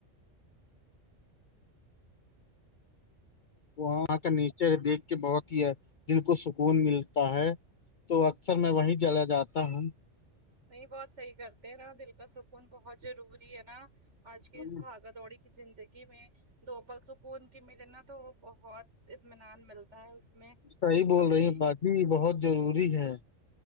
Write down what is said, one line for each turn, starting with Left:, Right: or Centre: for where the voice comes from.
Left: وہاں کا نیچر دیکھ کے بہت ہی دل کو سکون ملتا ہے تو اکثر میں وہی جلا جاتا ہوں
Right: نہیں بہت صحیح کرتے ہیں نا دل کا سکون بہت ضروری ہے نا آج کی
Left: ہم،
Right: اس بھاگا دوڑی زندگی میں دو بل سکون کی مل نا تو وہ بہت اطمینان ملتا ہے اس میں
Left: صحیح بول
Right: اپنے
Left: رہی باجی بہت ضروری ہے